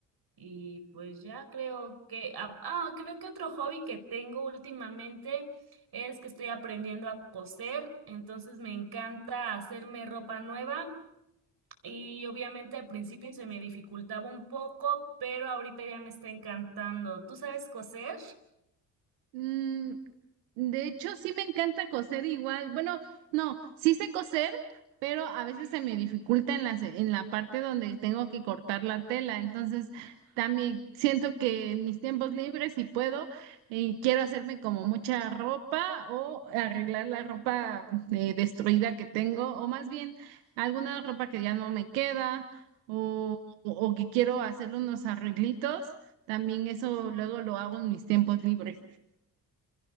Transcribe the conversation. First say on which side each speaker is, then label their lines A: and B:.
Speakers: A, on the right; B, on the right.
A: Y pues ya creo que, ah, ah, creo que otro hobby que tengo últimamente es que estoy aprendiendo a coser, entonces me encanta hacerme ropa nueva y obviamente al principio se me dificultaba un poco, pero ahorita ya me está encantando. ¿Tú sabes coser?
B: Mm, de hecho, sí me encanta coser igual. Bueno, no, sí sé coser, pero a veces se me dificulta en la, en la parte donde tengo que cortar la tela. Entonces, también siento que en mis tiempos libres, si puedo, y quiero hacerme como mucha ropa o arreglar la ropa eh, destruida que tengo, o más bien alguna ropa que ya no me queda, o, o o que quiero hacerle unos arreglitos. También eso luego lo hago en mis tiempos libres.